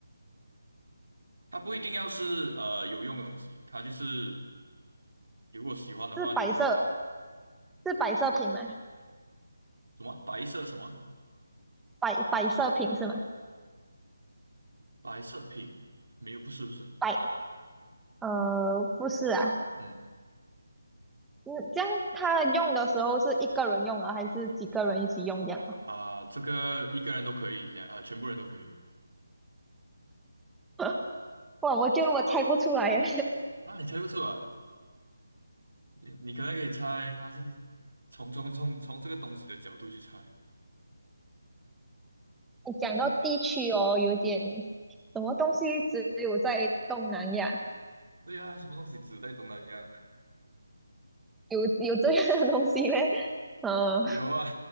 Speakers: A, on the right (about 85°); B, in the centre.
A: 他不一定要是呃有用的东西，他就是如果喜欢的话，
B: 是摆设，
A: 你就
B: 是摆设品吗？
A: 什么白色什么
B: 摆摆设品是吗？
A: 白色品，没有不是不是，
B: 摆，呃，不是啊，
A: 嗯
B: 嗯，这样他用的时候是一个人用啊，还是几个人一起用这样啊？
A: 啊、这个一个人都可以，两啊、全部人都可以
B: <laughs> 哇，我觉得我猜不出来耶。
A: 啊，你猜不出啊？你你可能可以猜他是从从从从这个东西的角度去猜。
B: 你讲到地区哦，有点什么东西只有在东南亚
A: 对呀、什么东西只在东南亚？
B: 有有这样的东西嘞？<laughs> 呃
A: <laughs> 有啊，